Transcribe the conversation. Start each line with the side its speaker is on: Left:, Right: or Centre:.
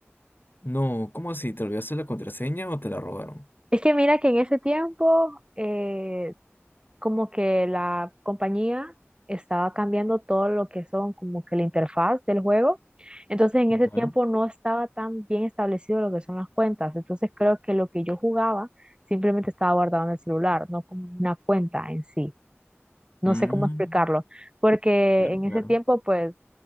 Left: No, ¿cómo así? ¿Te olvidaste la contraseña o te la robaron?
Right: Es que mira que en ese tiempo, eh, como que la compañía estaba cambiando todo lo que son como que la interfaz del juego. Entonces en ese
Left: Claro.
Right: tiempo no estaba tan bien establecido lo que son las cuentas. Entonces creo que lo que yo jugaba simplemente estaba guardado en el celular, no como una cuenta en sí. No
Left: Mm,
Right: sé cómo explicarlo, porque
Left: claro,
Right: en
Left: claro.
Right: ese tiempo pues